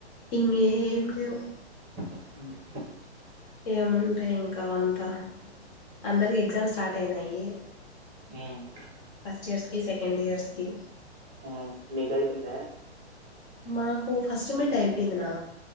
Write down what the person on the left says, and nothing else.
ఇంగేం లేవు.
ఏముంటాయి ఇంకా అంతా అందరికి ఎగ్జామ్ స్టార్ట్ అయినాయి.
ఫస్ట్ ఇయర్స్కి సెకండ్ ఇయర్స్కి
మాకు ఫస్ట్ మిట్ అయిపోయిందినా